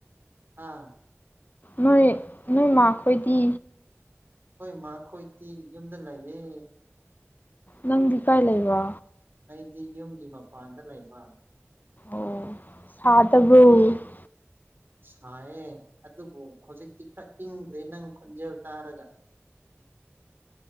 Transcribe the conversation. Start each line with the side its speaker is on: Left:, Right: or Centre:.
Right: ꯍꯥ꯫
Left: ꯅꯣꯏ ꯅꯣꯏꯃꯥꯈꯣꯏꯗꯤ꯫
Right: ꯍꯣꯏ ꯃꯥꯈꯣꯏꯗꯤ ꯌꯨꯝꯗ ꯂꯩꯌꯦ꯫
Left: ꯅꯪꯗꯤ ꯀꯥꯏ ꯂꯩꯕ꯫
Right: ꯑꯩꯗꯤ ꯌꯨꯝꯒꯤ ꯃꯄꯥꯟꯗ ꯂꯩꯕ꯫
Left: ꯑꯣ ꯁꯥꯗꯕ꯭ꯔꯣ꯫
Right: ꯁꯥꯏꯌꯦ ꯑꯗꯨꯕꯨ ꯍꯧꯖꯤꯛꯇꯤ ꯈꯔ ꯏꯪꯈ꯭ꯔꯦ ꯅꯪ ꯈꯣꯟꯖꯦꯜ ꯇꯥꯔꯒ꯫